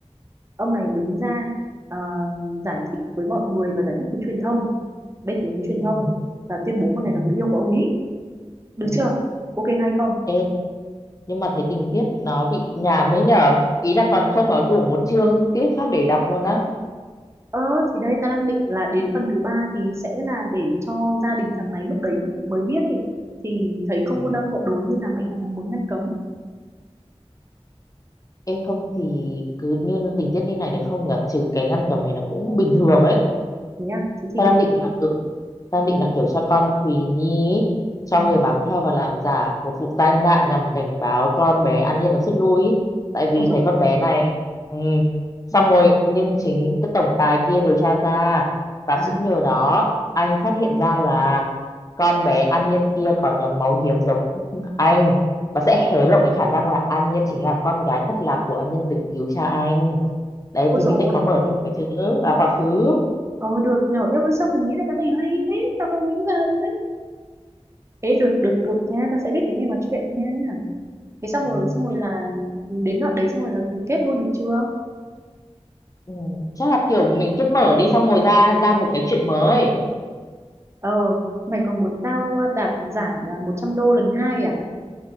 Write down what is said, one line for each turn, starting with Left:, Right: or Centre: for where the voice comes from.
Right: ông này đứng ra à, giải thích với mọi người và giải thích với truyền thông bên phía với truyền
Left: ừ,
Right: thông và tuyên bố con
Left: ừ,
Right: này là người yêu của ông ấy được
Left: ừ.
Right: chưa ok hay không
Left: Ê, nhưng mà thấy tình tiết nó bị nhàm ấy nhở ý là còn không có đủ một chương tiết khác để đọc luôn á
Right: ờ thì đây ta đang định là đến phần thứ ba thì sẽ là để cho gia đình thằng này lúc đấy mới biết đi thì thấy không
Left: Thế
Right: muốn đăng
Left: à?
Right: hộ đối như là mẹ thằng này muốn ngăn cấm
Left: Ê không thì cứ như tình tiết như này được không nhở trừ cái ngăn cầm này là cũng bình thường ấy
Right: thế à thế thì
Left: ta đang định là ừ, ta đang định là kiểu cho con Thùy Nhi ý, cho
Right: ừ,
Left: người bám theo và làm giả một vụ tai nạn nhằm cảnh báo con bé An Nhiên nó rút lui ý. tại vì
Right: ôi dồi
Left: thấy
Right: ôi.
Left: con bé này ừ, xong
Right: ừ.
Left: rồi nhưng chính cái tổng tài kia điều tra ra và
Right: à,
Left: cũng nhờ đó anh phát hiện ra là con bé An Nhiên kia có nhóm máu hiếm giống anh và sẽ hé lộ cái khả năng là An Nhiên chính là con gái thất lạc của ân nhân từng cứu cha anh đấy
Right: ôi
Left: thì
Right: dồi
Left: mình sẽ
Right: ôi
Left: có mở thêm một cái chương nữa vào quá khứ
Right: ờ được nhỏ yêu với xong mình nghĩ ra cái này hay thế tao không nghĩ ra luôn đấy ê được được được nha tao sẽ viết cái này vào chuyện nha thế xong rồi
Left: ừ.
Right: xong rồi là đến đoạn đấy xong rồi là ký kết luôn được chưa
Left: ừ, chắc là kiểu mình kết mở đi xong rồi ra ra một cái chuyện mới
Right: Ờ, mày có muốn tao à, đạt giải à, 100 đô lần hai à?